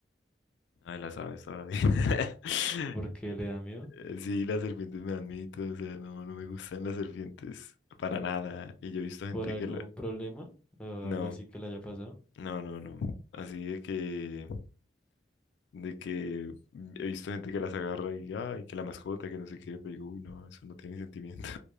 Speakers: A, on the left (about 70°); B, in the centre.
A: ay, las aves todavía. <laughs>
B: ¿Por qué le da miedo?
A: Eh, Sí, las serpientes me dan miedo, o sea, no, no me gustan las serpientes para nada. Y yo he visto gente
B: ¿Por algún
A: que la...
B: problema o
A: No,
B: algo así que le haya pasado?
A: no, no, no. Así de que... De que he visto gente que las agarra y, ay, que la mascota, que no sé qué, pero digo, uy, no, eso no tiene sentimientos.